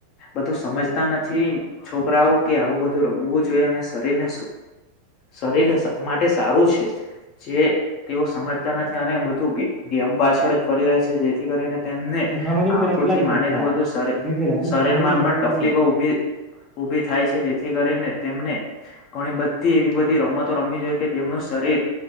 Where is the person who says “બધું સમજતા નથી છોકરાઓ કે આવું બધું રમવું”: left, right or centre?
Left